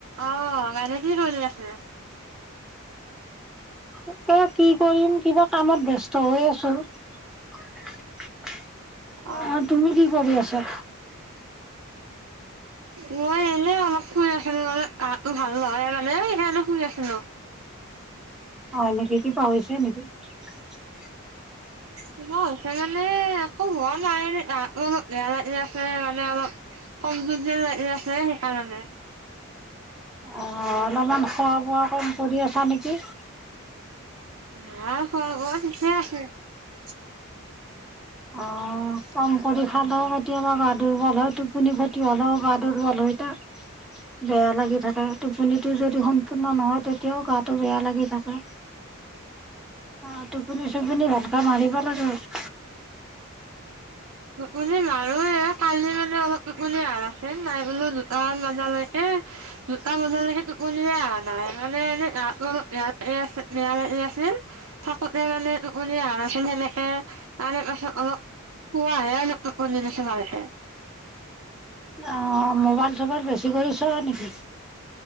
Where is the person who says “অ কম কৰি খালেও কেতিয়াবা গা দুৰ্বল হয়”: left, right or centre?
Centre